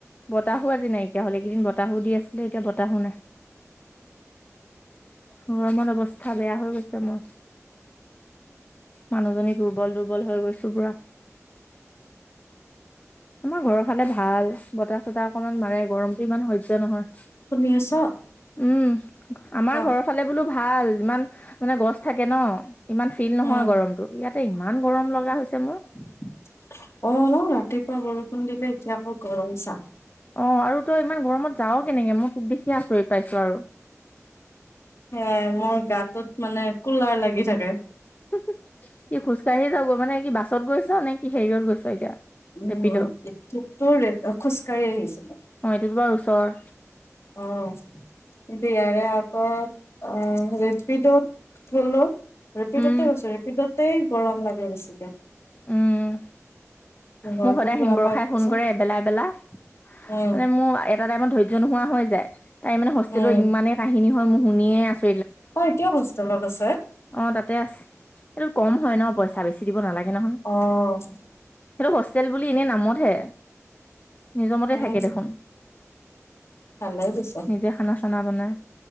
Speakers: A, on the left; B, on the left.
A: বতাহো আজি নাই- কীয়া হলে, এই কেইদিন বতাহো দি আছিলে এতিয়া বতাহো নাই। গৰমত অৱস্থা বেয়া হৈ গৈছে মোৰ। মানুহজনী দুৰ্বল দুৰ্বল হৈ গৈছো পুৰা। আমাৰ ঘৰৰ ফালে ভাল বতাহ চতাহ - অকনমান মাৰে গৰমটো ইমান সহ্য নহয়।
B: শুনি আছ?
A: উম, আমাৰ
B: ক
A: ঘৰত ফালে বোলো ভাল ইমান মানে, গছ থাকে ন'। ইমান ফিল নহয়
B: উম,
A: গৰমটো। ইয়াতে ইমান গৰম লগা হৈছে মোৰ।
B: অঁ, ন'? ৰাতিপুৱা বৰষুণ দিলে এতিয়া আকৌ গৰম চা!
A: অঁ, আৰু তই ইমান গৰমত যাৱ কেনেকে। মই তোক দেখিয়ে আচৰিত পাইছো আৰু।
B: সেয়াই মোৰ গাটোত মানে কুলাৰ লাগি থাকে।
A: হুঁহ্ হুঁহ্, কি খোজকাঢ়ি যাৱ গৈ মানে, কি বাছত গৈছ নে কি হেৰিয়ত গৈছ এতিয়া?
B: উম,
A: ৰেপিড' অ
B: এতিয়া তোৰ ৰে আ খোজকাঢ়ি আহিছিলোঁ।
A: অঁ, এইটোত বাৰু ওচৰৰ।
B: অঁ। কিন্তু ইয়াৰে আগত অঁ, ৰেপিডত গ'লো ৰেপিডতে
A: উম
B: গৈছোঁ, ৰেপিডতেই গৰম লাগে বেছিকে।
A: উম।
B: ঘৰটো
A: মোক সদায়
B: পুৰা
A: হিমবৰষাই
B: পাই থাকিছে।
A: ফোন কৰে এবেলা এবেলা।
B: উম,
A: মানে মোৰ আ এ এটা টাইমত ধৈয্য নোহোৱা হৈ যায়। তাই মানে হোষ্টেলৰ
B: উম,
A: ইমানেই কাহিনী হয়। মোৰ শুনিয়ে আছ
B: তই এতিয়াও গছ তলত আছে?
A: অঁ, তাতে আছে। এইটোত কম হয় ন' পইচা বেছি দিব নালাগে। নহয়
B: অঁ।
A: সেইটো হোষ্টেল বুলি এনেই নামতহে, নিজৰ মতে
B: উম,
A: থাকে দেখোন।
B: ভালেই পিছে।
A: নিজে খানা বনাই।